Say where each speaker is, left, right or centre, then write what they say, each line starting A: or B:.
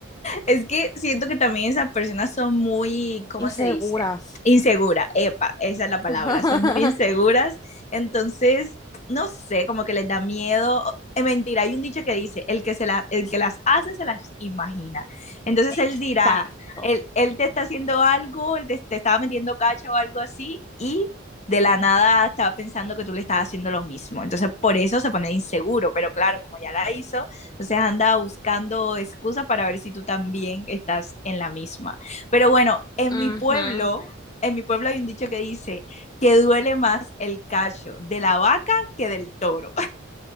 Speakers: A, on the left; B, on the left.
A: Es que siento que también esas personas son muy, ¿cómo
B: Inseguras.
A: se dice? Insegura, epa, esa es la palabra,
B: <laughs>
A: son muy inseguras, entonces, no sé, como que les da miedo. Es mentira, hay un dicho que dice, el que, se la, el que las hace se las imagina. Entonces
B: Exacto.
A: él dirá, él, él te está haciendo algo, él te, te estaba metiendo cacho o algo así, y de la nada estaba pensando que tú le estás haciendo lo mismo. Entonces por eso se pone inseguro, pero claro, como ya la hizo, entonces anda buscando excusa para ver si tú también estás en la misma. Pero bueno, en
B: Ujú.
A: mi pueblo, en mi pueblo hay un dicho que dice que duele más el cacho de la vaca que del toro.